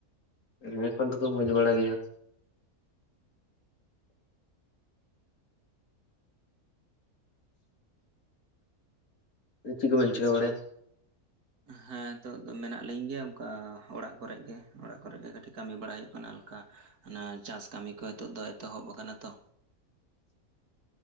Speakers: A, on the left; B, on the right.
A: ᱦᱮᱸ, ᱠᱚᱱ ᱫᱚᱠᱚ ᱢᱚᱡᱽ ᱵᱟᱲᱟ ᱜᱮᱭᱟᱸ᱾ ᱩᱸ ᱪᱤᱜ ᱠᱚᱵᱤᱱ ᱪᱤᱠᱟᱹ ᱵᱟᱲᱟᱭᱟ?
B: ᱦᱮᱸ, ᱛᱳᱜ ᱫᱚ ᱢᱮᱱᱟᱜ ᱞᱤᱧ ᱜᱮᱭᱟ ᱚᱝᱠᱟ ᱦᱚᱲᱟᱜ ᱠᱚᱨᱮᱜ ᱜᱮ, ᱚᱲᱟᱜ ᱠᱚᱨᱮ ᱜᱮ ᱠᱟᱴᱤᱜ ᱠᱟᱢᱤ ᱵᱟᱲᱟ ᱭᱩᱜ ᱟᱱᱟᱞ ᱠᱟ ᱦᱟᱱᱟ ᱪᱟᱥ ᱠᱟᱢᱤ ᱠᱚ ᱛᱚᱜ ᱫᱚ ᱮᱛᱚᱦᱚᱵ ᱟᱠᱟᱱᱟ ᱛᱚ᱾